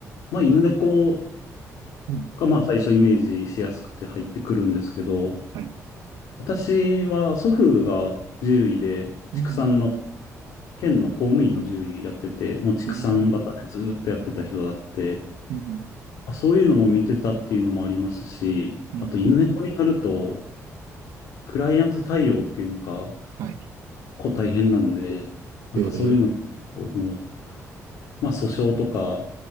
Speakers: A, on the left; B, on the right.
A: まあ、犬猫
B: うん。
A: がまあ最初イメージしやすくて入ってくるんですけど、
B: はい。
A: 私は祖父が獣医で畜産の
B: うん。
A: 県の公務員の獣医やってて、もう畜産畑でずーっとやってた人だって、
B: えー。うん。
A: まあそういうのも見てたっていうのもありますし、
B: うん。
A: あと犬猫になると、
B: うん。
A: クライアント対応っていうか、
B: はい。
A: こ大変なんで、なんかそういうのをもう、
B: えー
A: まあ訴訟とか、